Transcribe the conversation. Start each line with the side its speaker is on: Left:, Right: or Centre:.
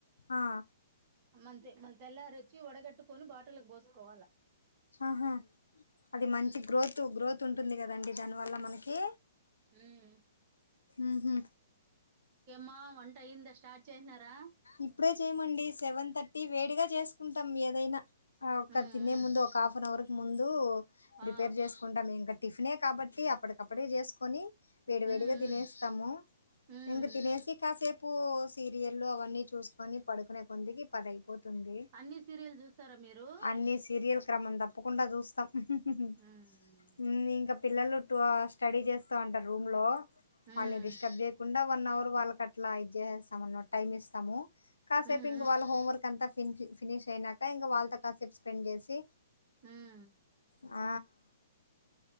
Left: ఆ
Right: మంతే మన తెల్లారొచ్చి వడగట్టుకొని బాటల్లకి బోసుకోవాల
Left: ఆహా అది మంచి గ్రోత్ గ్రోత్ ఉంటుంది గదండి దానివల్ల మనకి
Right: ఉమ్
Left: ఉహు
Right: మా వంట అయిందా స్టార్ట్ చేసినారా
Left: ఇప్పుడే చేయమండి సెవెన్ థర్టీ వేడిగా చేసుకుంటం ఏదైనా ఆ ఒక్క
Right: ఉమ్
Left: తినే
Right: ఉమ్
Left: ముందు ఒక హాఫ్ అన్ అవర్ ముందూ ప్రిపేర్
Right: ఆ
Left: చేసుకుంటా ఇంక టిఫినే కాబట్టి అప్పటికప్పుడే చేసుకొని వేడివేడిగా
Right: ఉమ్ ఉమ్
Left: దినేస్తము
Right: ఉమ్
Left: ఇంగ తినేసి కాసేపు సీరియల్లు అవన్నీ చూసుకొని పడుకునే కొందికి పదై పోతుందీ
Right: అన్ని సీరియల్ చూస్తారా మీరు
Left: అన్నీ సీరియల్ క్రమం తప్పకుండా చూస్తాం ఉహుహుహు
Right: ఉమ్
Left: ఊమ్ ఇంక పిల్లలు టూ అవర్స్ స్టడీ చేస్తా ఉంటరు రూమ్ లో
Right: ఉమ్
Left: ఆళ్ని డిస్టర్బ్ జేయకుండా వన్ అవర్ వాళ్ళకి అట్లా ఇది జేసేస్తామన్న టైమ్ ఇస్తాము కాసేపు
Right: ఉమ్
Left: ఇంక వాళ్ళ హోంవర్క్ అంతా ఫిన్షి ఫినీష్ అయినాక ఇంకా వాళ్ళతో కాసేపు స్పెండ్ చేసి.
Right: ఉమ్
Left: ఆ